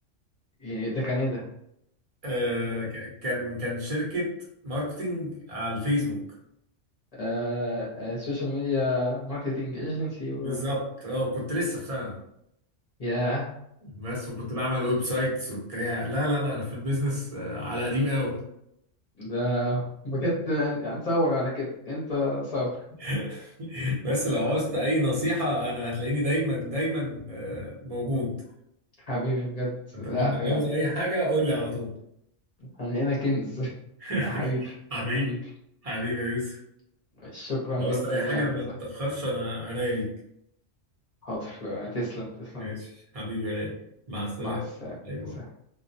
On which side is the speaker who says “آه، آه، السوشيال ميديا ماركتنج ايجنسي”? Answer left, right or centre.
Left